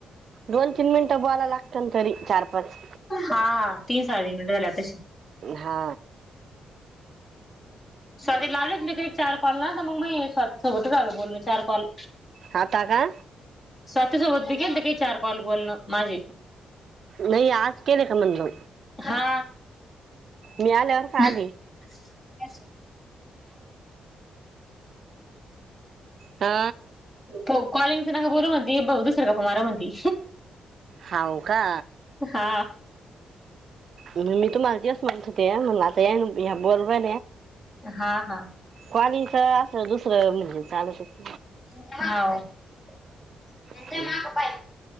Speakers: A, on the right; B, on the left.
A: दोन तीन मिनिटं बोयला लागत ना तरी चार पाच
B: हा हा तीन साहा मिनट झाल्या तशी
A: हा
B: स्ध ला आलच मी का चार कॉलला तर मग मग स्वतः सोबतच आल बोलण चार कॉल
A: हता का
B: स्वतःसोबत बघेल ते काही चार कॉल बोलणं माझे
A: नाही आज केले का म्हणलं
B: हा
A: मी आल्यावर का
B: यच
A: आली हा
B: हो कॉलिंगच नाका बोल मण बघ दुसरं का प मारा मणती
A: होा का
B: हा
A: मी तुम्हाला दिस माहिती होते मण आता ह्या बोलवाय
B: हा हा
A: क्वाणीच अस दुसरं म्हणजे चालतच
B: त्यांचा
A: नाही.
B: मा प्पा